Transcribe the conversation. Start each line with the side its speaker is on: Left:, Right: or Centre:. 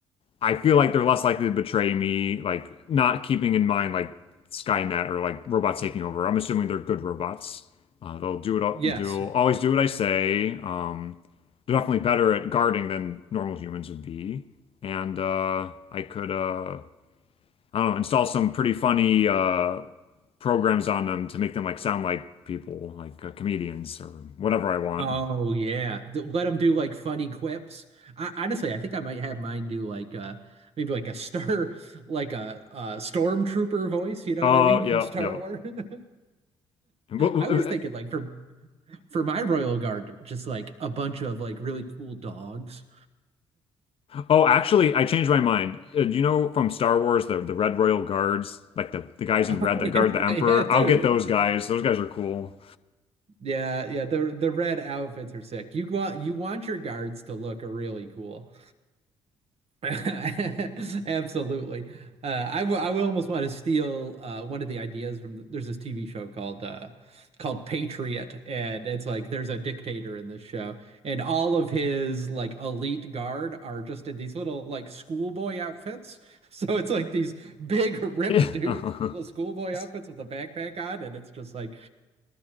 Left: I feel like they're less likely to betray me, like not keeping in mind like Skynet or like robots taking over. I'm assuming they're good robots. Uh, they'll do it.
Right: Yes,
Left: They'll always do what I say. Um, they're definitely better at guarding than normal humans would be. And uh, I could, uh, I don't know, install some pretty funny uh, programs on them to make them like sound like people, like uh, comedians or whatever I want.
Right: Oh yeah, D- let them do like funny quips. I, honestly, I think I might have mine do like uh maybe like a star <laughs> like a, a stormtrooper voice. You know
Left: Oh
Right: what I mean
Left: yeah,
Right: from Star
Left: yeah.
Right: Wars. <laughs>
Left: What, what,
Right: I was thinking like for for my Royal Guard, just like a bunch of like really cool dogs.
Left: Oh, actually, I changed my mind. Uh, you know from Star Wars, the the Red Royal Guards, like the the guys in red
Right: <laughs>
Left: that
Right: Yeah,
Left: guard the Emperor.
Right: yeah, dude.
Left: I'll get those guys. Those guys are cool.
Right: Yeah, yeah. The the red outfits are sick. You want you want your guards to look really cool. <laughs> Absolutely. Uh, I, w I will almost want to steal uh, one of the ideas from the, there's this TV show called uh, called Patriot, and it's like there's a dictator in this show, and all of his like elite guard are just in these little like schoolboy outfits. <laughs> So it's like these big ripped
Left: <laughs>
Right: dudes with little schoolboy
Left: It's
Right: outfits with a backpack on, and it's just like,